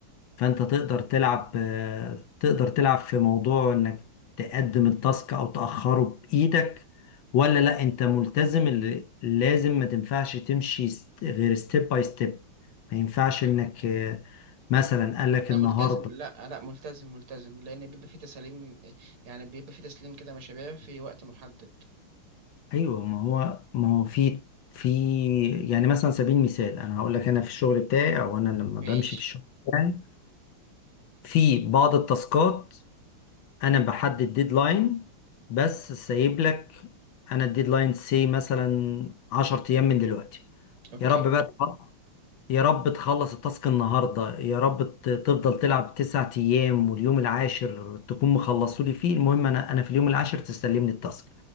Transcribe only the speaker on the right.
انا
ملتزم لا لا ملتزم ملتزم لان بيبقى في تسليم يعني بيبقى في تسليم كده مشاريع في وقت محدد
ماشي
اوكي